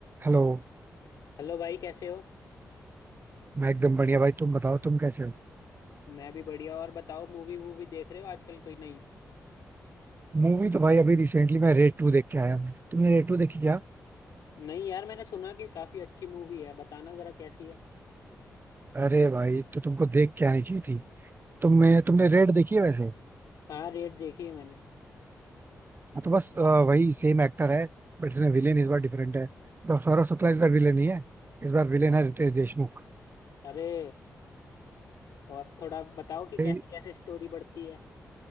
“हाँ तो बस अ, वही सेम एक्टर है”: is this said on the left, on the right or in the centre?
Right